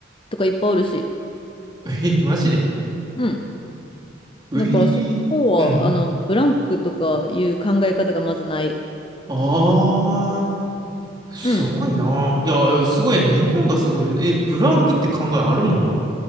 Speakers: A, on the left; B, on the right.
A: とかいっぱいおるし。
B: えー、マジで
A: うん。
B: ういー。
A: だからそこは、
B: うん。
A: あの、ブランクとかいう考え方がまずない。
B: ああ、すごいな。
A: うん。
B: いや、いやすごいね。日本がすごいね。え、ブランクって考えあるもんな。